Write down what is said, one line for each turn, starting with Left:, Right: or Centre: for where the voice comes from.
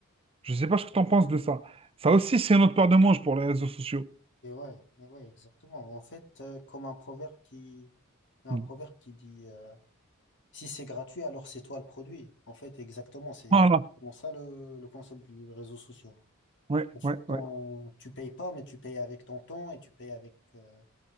Right: Je ne sais pas ce que tu en penses de ça. Ça aussi, c'est notre paire de manches pour les réseaux sociaux.
Left: Et ouais, et ouais, exactement. En fait, euh, comme un proverbe qui, un
Right: Mm.
Left: proverbe qui dit euh, si c'est gratuit, alors c'est toi le produit. En fait, exactement, c'est
Right: Voilà.
Left: vraiment ça le, le concept du réseau social.
Right: Ouais,
Left: En fait,
Right: ouais, ouais.
Left: on, tu payes pas, mais tu payes avec ton temps et tu payes avec, euh,